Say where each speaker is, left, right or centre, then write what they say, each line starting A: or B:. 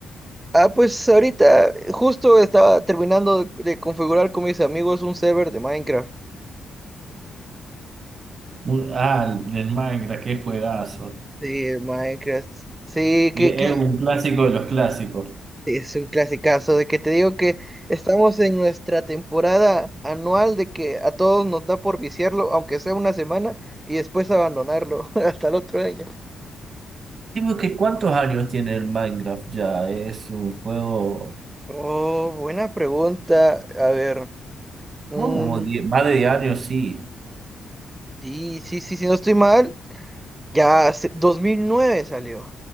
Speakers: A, on the right; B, on the right.
A: Ah, pues ahorita eh, justo estaba terminando de, de configurar con mis amigos un server de Minecraft.
B: Un- Ah, el Minecraft, qué juegazo.
A: Sí, el Minecraft. Sí,
B: Que
A: que, que
B: Es un clásico de los clásicos.
A: es un clasicazo de que te digo que estamos en nuestra temporada anual de que a todos nos da por viciarlo, aunque sea una semana, y después abandonarlo <laughs> hasta el otro año.
B: Dime que cuántos años tiene el Minecraft ya. Es un juego
A: Oh, buena pregunta. A ver, mm,
B: oh, como die- más de 10 años, sí.
A: sí, sí, sí, si no estoy mal, ya hace- 2009 salió.